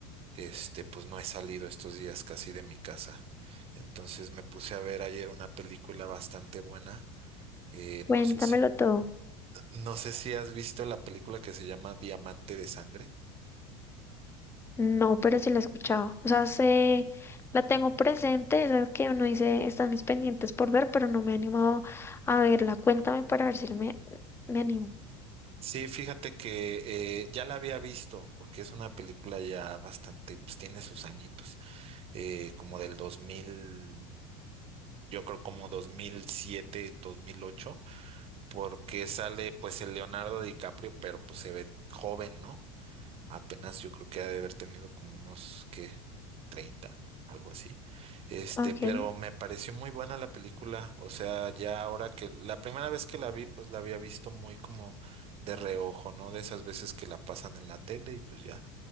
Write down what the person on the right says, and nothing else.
este, pues no he salido estos días casi de mi casa. Entonces me puse a ver ayer una película bastante buena. Eh, no
sé si,
no sé si has visto la película que se llama Diamante de Sangre.
Sí, fíjate que eh, ya la había visto, porque es una película ya bastante, pues tiene sus añitos. eh, como del dos mil yo creo como dos dos mil siete dos mil ocho porque sale pues el Leonardo DiCaprio, pero pues se ve joven, ¿no? Apenas yo creo que ha de haber tenido como unos, ¿qué? treinta algo así. Este,
pero me pareció muy buena la película, o sea, ya ahora que la primera vez que la vi, pues la había visto muy como de reojo, ¿no? De esas veces que la pasan en la tele y pues ya,